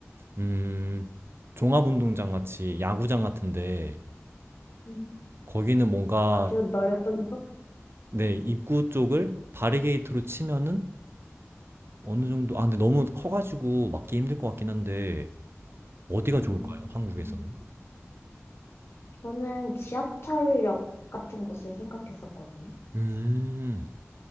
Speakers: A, on the right; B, on the left.
A: 음, 종합운동장 같이 야구장 같은데
B: 음,
A: 거기는 뭔가
B: 아주 넓은 곳?
A: 네, 입구 쪽을 바리게이트로 치면은 어느 정도 아 근데 너무 커가지고 막기 힘들 것 같긴 한데 어디가
B: 음,
A: 좋을까요? 한국에서는?
B: 저는 지하철역 같은 곳을 생각했었거든요.
A: 음.